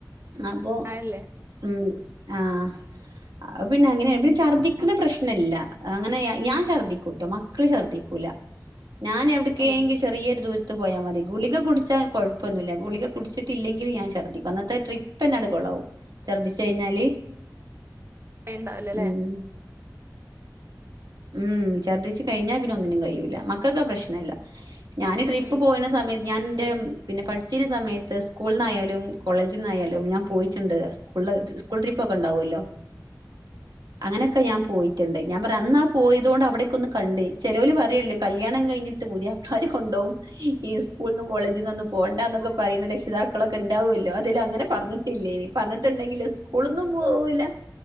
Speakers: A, on the right; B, on the right.
A: അപ്പൊ
B: പ്രായല്ലേ
A: ഉ ആഹ് ആ പിന്നെ അങ്ങനെയ പിന്നെ ഛർദ്ദിക്കണ പ്രശ്നല്ല അങ്ങനെ ഞാൻ ഛർദ്ദിക്കൂട്ടോ മക്കള് ഛർദ്ദിക്കൂല ഞാൻ എവിടെക്കെങ്കിൽ
B: ഏഹ്
A: ചെറിയൊരു ദൂര ടുത്ത് പോയാൽ മതി ഗുളിക കുടിച്ചാ കൊഴപ്പൊന്നുമില്ല ഗുളിക കുടിച്ചിട്ടില്ലെങ്കിൽ ഞാൻ ഛർദ്ദിക്കും അന്നത്തെ ട്രിപ്പ് എന്നാണ്ട് കൊള്ളാകും ഛർദ്ദിച്ച കഴിഞ്ഞാല്
B: ഉണ്ടാവല്ലല്ലേ?
A: ഉം ഉം ഛർദ്ദിച്ചു കഴിഞ്ഞാ പിന്നെ ഒന്നിനും കഴിയൂല്ല മക്കൊക്കെ ആ പ്രശ്നമില്ല ഞാൻ ട്രിപ്പ്
B: ആഹ്
A: പോയനേ സമയം ഞാനെന്റെ
B: ആഹ്
A: പിന്നെ പഠിച്ച് കഴിഞ്ഞ സ സമയത്ത് സ്കൂളിൽ നിന്നായാലും കോളേജിൽ നിന്നായാലും ഞാൻ പോയിട്ടൊണ്ട് സ്കൂളില്സ്കൂൾ ട്രിപ്പ് ഒക്കെയൊ ണ്ടാവല്ലോ അങ്ങനൊക്കെ ഞാൻ പോയിട്ടൊണ്ട് ഞാൻ പറയ് അന്നാ പോയതു കൊണ്ട് അവിടൊക്കെയൊന്ന് കണ്ടേ ചെലവല് പറയു ള്ള് കല്യാണം കഴിഞ്ഞിട്ട് പുതിയാപ്പ്ളന്മാര് കൊണ്ട് പോവും ഈ സ്‌കൂളിന്നും കോളേജിന്നൊന്നും പോണ്ടാന്നൊക്കെപ്പറയുന്ന രക്ഷിതാക്കളൊക്കെയൊണ്ടാവുല്ലോ? അതിലങ്ങനെപ്പറഞ്ഞിട്ടില്ലേപറഞ്ഞിട്ടൊണ്ടെങ്കിലേ സ്കൂളൂന്നും പോവൂല്ല